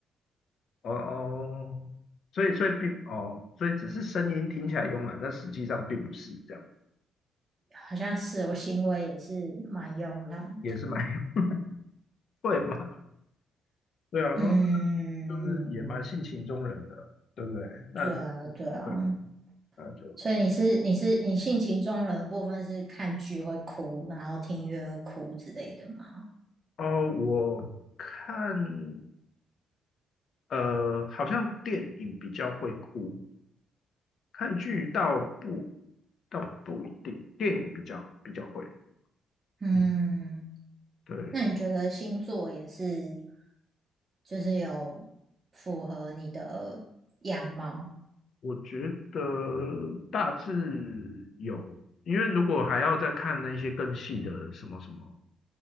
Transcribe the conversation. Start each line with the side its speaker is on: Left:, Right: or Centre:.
Left: 哦哦，所以所以并哦，所以只是声音听起来慵懒，但实际上并不是这样，
Right: 好像是我行为也是蛮慵懒的。
Left: 也是蛮有 <laughs> 会嘛。对啊，
Right: 嗯，
Left: 然后就是也蛮性情中人的，对不对？那就
Right: 对啊，对啊。
Left: 对啊，那就
Right: 所以你是你是你性情中人的部分是看剧会哭，然后听音乐会哭之类的吗？
Left: 哦，我看呃，好像电影比较会哭。看剧倒不倒不一定，电影比较比较会。
Right: 嗯，
Left: 嗯，对，
Right: 那你觉得星座也是就是有符合你的样貌？
Left: 我觉得大致有，因为如果还要再看那些更细的什么什么